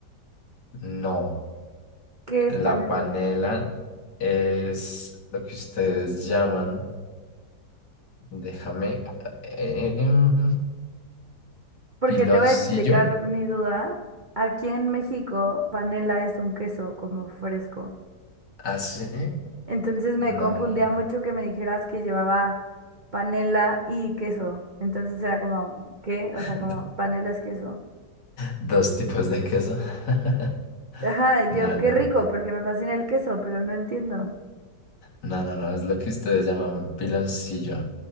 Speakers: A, on the left (about 80°); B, on the right (about 50°).
A: No.
B: ¿Qué es
A: La
B: panela?
A: panela es lo que ustedes llaman, déjame, eh, em,
B: Porque
A: piloncillo,
B: te voy a explicar mi duda. Aquí en México, panela es un queso como fresco.
A: así,
B: Entonces me
A: no,
B: confundía mucho que me dijeras que llevaba panela y queso. Entonces era como, ¿qué?
A: <laughs>
B: O sea, como panela es queso.
A: dos tipos de queso. <laughs>
B: Ajá, y
A: No,
B: yo, qué
A: no,
B: rico, porque me fascina el queso, pero no entiendo.
A: no, no, no, no, es lo que ustedes llaman piloncillo.